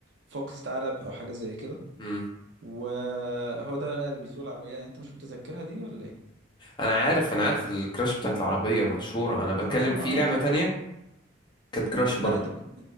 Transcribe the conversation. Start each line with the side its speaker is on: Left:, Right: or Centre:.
Right: فوكس ثعلب او حاجه زي كده
Left: امم
Right: وهو ده بقى اللي بيسوق العربيه يعني انت مش متذكرها دي ولا ايه
Left: انا عارف انا عارف الكراش بتاعت العربيه مشهوره انا بتكلم
Right: اه
Left: في
Right: اه
Left: لعبه
Right: كان
Left: تانية كانت كراش
Right: لا
Left: برضو
Right: انت بت...